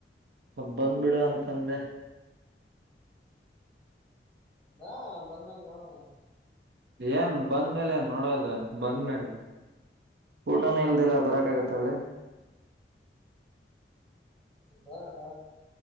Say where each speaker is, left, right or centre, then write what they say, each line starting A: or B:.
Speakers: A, on the right; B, in the centre.
A: ಮತ್ತ್ ಬಂದ್ಬಿಡು ಅಂತಂದೆ.
B: ಬಾ ಬಂದ್ಮೇಲ್ ನೋಡೋಣ.
A: ಏನ್ ಬಂದ್ಮೇಲೆ ಏನ್ ನೋಡೋದ ಬಂದ್ಮೇಲೆ. ಊಟನೇ ಇಲ್ದಿರ ಬರಕಾಗತ್ತ ಅಲ್ಲೇ.
B: ಬಾ ಬಾ.